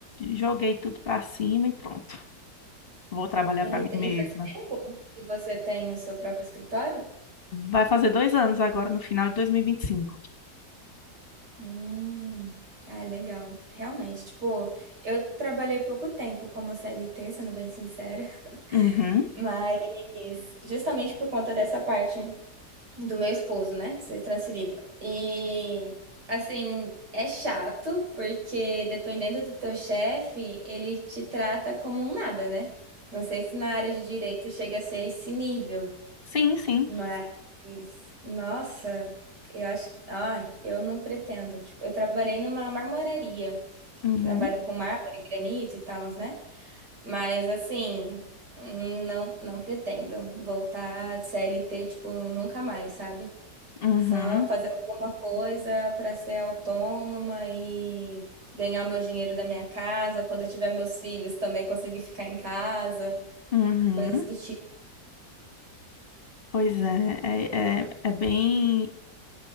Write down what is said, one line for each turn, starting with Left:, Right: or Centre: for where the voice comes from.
Left: joguei tudo para cima e pronto, vou trabalhar
Right: Eita,
Left: para mim mesma.
Right: e faz tempo que você tem o seu próprio escritório?
Left: Vai fazer dois anos agora, no final de 2025.
Right: Hum. Ah, legal. Realmente, tipo, eu trabalhei pouco tempo como CLT, sendo bem sincera,
Left: Uhum.
Right: <laughs> mas justamente por conta dessa parte. do meu esposo, né? Ser transferido. E assim, é chato, porque dependendo do teu chefe, ele te trata como um nada, né? Não sei se na área de direito chega a ser esse nível,
Left: Sim, sim.
Right: mas nossa, eu acho que, ai, eu não pretendo. Tipo, eu trabalhei numa marmoraria, que
Left: Uhum.
Right: trabalha com mármore, granito e tal, né? Mas assim, hum, não, não pretendo voltar de CLT, tipo, nunca mais, sabe?
Left: Uhum.
Right: Só fazer alguma coisa para ser autônoma e ganhar meu dinheiro da minha casa. Quando eu tiver meus filhos, também conseguir ficar em casa.
Left: Uhum.
Right: Coisas do tipo.
Left: Pois é, é, é, é bem.